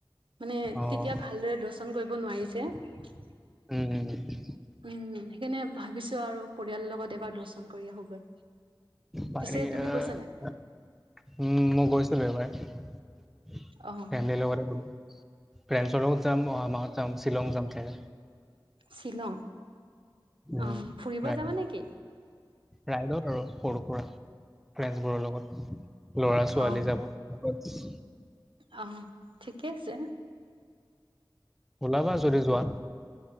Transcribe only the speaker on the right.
মানে
তেতিয়া ভালদৰে দচ শাসন কৰিব নোৱাৰি যে
উম, সেইকাৰণে ভাবিছোঁ আৰু পৰিয়ালৰ লগত এবাৰ দৰ্শন কৰি আহোগৈ।
পিছে তুমি
গৈছা নাই
অ
শ্বিলং
অ' ফুৰিব
যাবা নেকি?
অ
অ' ঠিকে আছে।